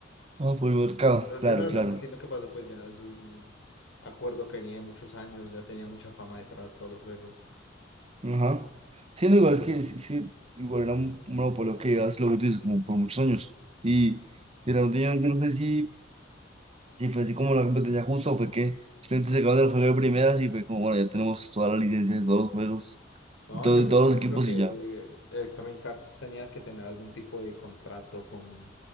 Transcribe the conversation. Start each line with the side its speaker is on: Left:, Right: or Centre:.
Right: Ah, por el mercado,
Left: Pero
Right: claro,
Left: yo la verdad
Right: claro.
Left: no entiendo qué pasó, pues ya es un acuerdo que venía de muchos años, ya tenía mucha fama detrás todos los juegos.
Right: Ajá. Sí, no, igual es que sí, sí, igual era un un monopolio que llevas lo que tú dices, como por muchos años. Y, y realmente yo, yo no sé si, si fue así como la competencia justa o fue que simplemente se acabó el juego de primeras y fue como, bueno, ya tenemos todas las licencias de todos los juegos,
Left: No,
Right: de todo-
Left: yo creo
Right: de todos
Left: que
Right: los
Left: yo
Right: equipos
Left: creo que
Right: y ya.
Left: Electronic Arts tenía que tener algún tipo de contrato con,